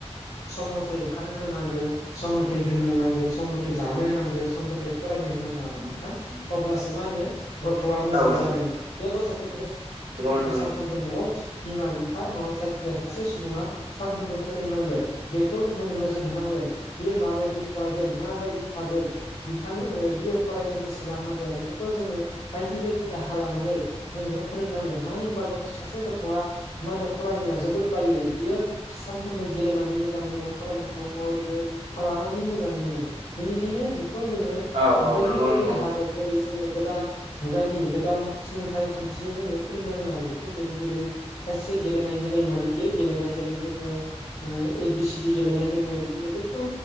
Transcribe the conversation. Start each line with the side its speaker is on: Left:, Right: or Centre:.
Left: सम मथे ओंखारहो नांगोन सम मथे दोननांनांगोन सम मथे जानो होनांगोन सम मथे फरायनो होनांगोन आरो नोंथां अब्लासो मा होनो गथ'आ मोजां
Right: औ
Left: जागोन बे गथ'फोरनि
Right: नंगौ
Left: थाखाय
Right: नोंथां
Left: सानफ्रोमबो न'आव बिमा बिफा न सायखिजाया सासे सुबुङा सानफ्रोमबो फोरोंनांगोन बेखौ जोंङ नोजोर होनांगोन बेयो माबायदि फरायदों माबायदि थादों बिथां बियो फरायनो गोसो ज गोनां जाया बेफोरखौ जोङो बायदि बायदि राहा लानानै जोङो फोरोंनांगोन मानो होनबा सासे गथ'आ मा होनो फरायनायाव जोबोद बायो बियो सानफ्रोमबो गेलेनानै मोजां मोनो <unintelligible> ओरैनो थानानै मोजां मोनो बेनिखायनो बेखौ जोङो
Right: औ औ
Left: बायदि
Right: नंगौ
Left: बायदि
Right: नंगौ
Left: राहाजों जेरै जोङो गोदान मुगानि गोदान सोलोंथाइ खान्थिजों जोङो फोरोंनां आरो बेखौ खौ जों जेरै खायसे गेलेनाय मेलेमारि गेलेनाय जेरै जोङो ए बि सिडि गेलेनाय दोङो बिदिनो गोबां